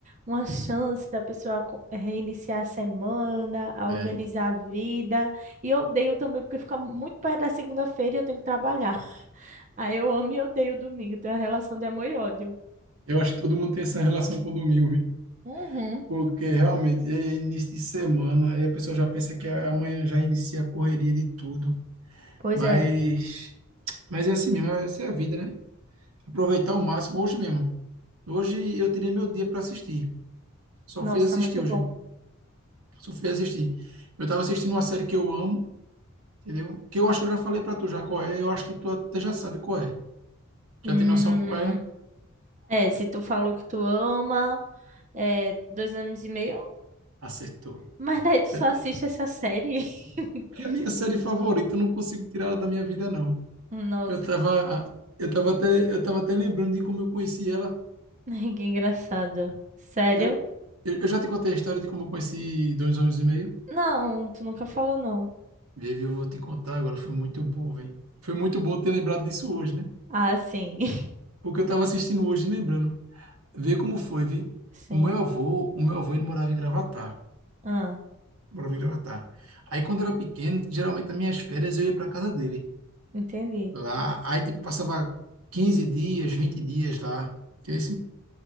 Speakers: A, on the right (about 35°); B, on the right (about 85°).
A: uma chance da pessoa co- eh, reiniciar a semana, a
B: É.
A: organizar a vida. E odeio também porque fica muito perto da segunda-feira e eu tenho que trabalhar. <laughs> Ah, eu amo e odeio o domingo. Tem uma relação de amor e ódio.
B: Eu acho que todo mundo tem essa relação com o domingo, viu?
A: Uhum.
B: Porque realmente é início de semana, aí a pessoa já pensa que amanhã já inicia a correria de tudo.
A: Pois
B: Mas,
A: é.
B: mas é assim mesmo, essa é a vida, né? Aproveitar o máximo hoje mesmo. Hoje eu tirei meu dia para assistir. Só
A: Nossa,
B: fui assistir
A: muito
B: hoje.
A: bom.
B: Só fui assistir. Eu estava assistindo uma série que eu amo. entendeu? Que eu acho que eu já falei para tu já qual é, eu acho que tu até já sabe qual é.
A: Hum.
B: Já tem noção qual é?
A: É, se tu falou que tu ama, é, dois anos e meio,
B: Acertou.
A: mas daí tu só
B: Eu-
A: assiste essa série. <laughs>
B: É a minha série favorita, eu não consigo tirar ela da minha vida, não.
A: Nossa,
B: Eu tava,
A: que,
B: eu tava até, eu tava até lembrando de como eu conheci ela.
A: <laughs> que engraçado. Sério?
B: Eu, eu, eu já te contei a história de como eu conheci dois anos e meio.
A: Não, tu nunca falou não.
B: Vivi, eu vou te contar agora, foi muito bom, velho. Foi muito bom ter lembrado disso hoje, né?
A: Ah, sim. <laughs>
B: Porque eu tava assistindo hoje e lembrando. Vê como foi, vi.
A: Sim.
B: O meu avô, o meu avô, ele morava em Gravatá.
A: Ah,
B: Bora vir Avatar. Aí quando eu era pequeno, geralmente nas minhas férias eu ia para casa dele.
A: entendi.
B: Lá, aí tipo passava 15 dias, 20 dias lá. Entendeu? Assim,